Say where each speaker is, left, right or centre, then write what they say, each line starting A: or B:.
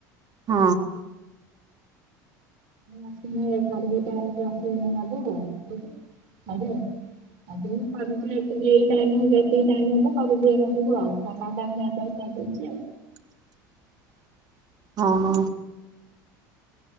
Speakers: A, on the right (about 40°); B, on the right (about 70°).
A: ହଁ।
B: ଆସି ସାଢେ ଦିଟା ବେଳକୁ ଆସିବେନ ବାବର ହଁ ଯେ ଆଗରୁ କରୁଥିଲେ ଏତିକି ଏଇ ଟାଇମ ଏତିକି ଟାଇମ୍ ହେଲା କର ସବୁ ଆଉ ସକାଳ ଟାଇମ। <unintelligible> ଗାଧୋଉଛି ଆଉ।
A: <unintelligible> ହଁ ହୋ।